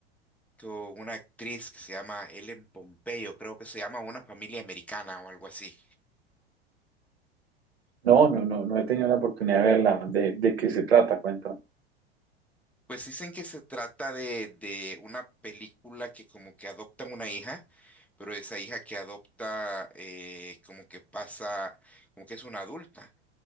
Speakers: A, in the centre; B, on the right.
A: con una actriz que se llama Ellen Pompeyo, creo que se llama Una familia americana o algo así.
B: No, no, no, no he tenido la oportunidad de verla. ¿De, de qué se trata? Cuéntame.
A: Pues dicen que se trata de, de una película que como que adoptan una hija, pero esa hija que adopta eh, como que pasa, como que es una adulta.